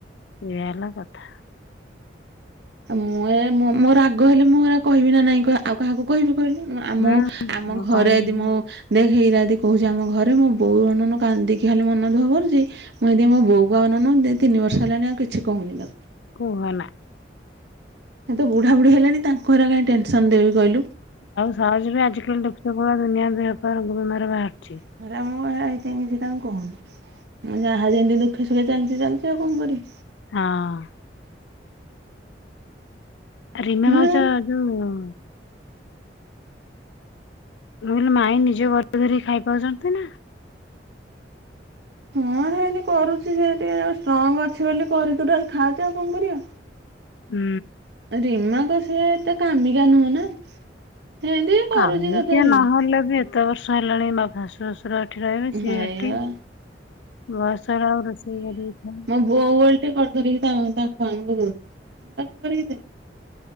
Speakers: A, on the left (about 85°); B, on the right (about 70°).
A: ଏଇୟା ହେଲା କଥା।
B: ମୁଁ ଏ ମୁ ମୋର ରାଗ ହେଲେ ମୁଁ ହେରାକ କହିବି ନା ନାଇଁ କହ? ଆଉ କାହାକୁ କହିବି କହିଲୁ? ମୁଁ
A: ହୁଁ
B: ଆମ
A: ମୁଁ
B: ଘରେ
A: କହିବି
B: ଏଦି ମୁ ଦେଖ ଏଇରାଦି କହୁଚି ଆମ ଘରେ ମୋ ବୋଉ ଅନଉନ କାନ୍ଦିକି ଖାଲି ମନ ଦୁଃଖ କରୁଚି। ମୁ ସେଥିପାଇଁ ମୋ ବୋଉ କୁ ଆଉ ଅନଉନୁ ଦି ତିନି ବର୍ଷ ହେଲାଣି ଆଉ କିଛି କହୁନି ତାକୁ।
A: କୁହନା।
B: ସେ ତ ବୁଢା ବୁଢ଼ୀ ହେଲେଣି ତାଙ୍କୁ ହେରା କାଇଁ ଟେନସନ ଦେବି କହିଲୁ।
A: ଆଉ ସହଜେ ବି ଆଜିକାଲି ଦେଖୁଚ କୋଉ ପ୍ରକାର ଦୁନିଆର ଦେହ ପା ରୋଗ ବେମାର ବାହାରୁଛି।
B: ସେଥିପାଇଁ ମୁଁ ତାଙ୍କୁ ସେଥିପାଇଁ କିଛି ତାଙ୍କୁ କହୁନି। ଉଁ ଯାହା ଯେମତି ଦୁଃଖେ ସୁଖେ ଚାଲଚି ଚାଲଚି ଆଉ କଣ କରି
A: ହଁ। ଆ ରିନା
B: ମୁଁ
A: ଭାଉଜ ଉଁ ଉଁ ଉଁ ରୁଲ୍ ମାଇଁ ନିଜେ ଘରେ ଧରିକି ଖାଇପାରୁଛନ୍ତି ନା?
B: ହଁ ସେମତି କରୁଚି ସେ ଟିକେ ଷ୍ଟ୍ରଙ୍ଗ୍ ଅଛି ବୋଲି କରି କୁରା ଖାଉଚି ଆଉ କଣ କରିବା?
A: ଉଁ।
B: ରିମା କସ୍ ସେ ଏତେ କାମିକା ନୁହଁ ନା। ସେମିତି କରୁଛି
A: କାମିକିଆ
B: ତଥାପି
A: ନହଲେ ବି ଏତେ ବର୍ଷ ହେଲାଣି ମା ବାସ୍ ଶଶୁର ଏଠି ରହିବେ।
B: ହଇଆ
A: ସିଏ ଏଠି ବୟସ ହେଲାବେଳକୁ ସିଏ ଯଦି ମାନେ
B: ବୋ ଓଲଟି କରି ଧରିକି ତା ତାଙ୍କଆାନଙ୍କୁ ଦଉଚି। ତାଙ୍କୁ କରିକି ଦେ।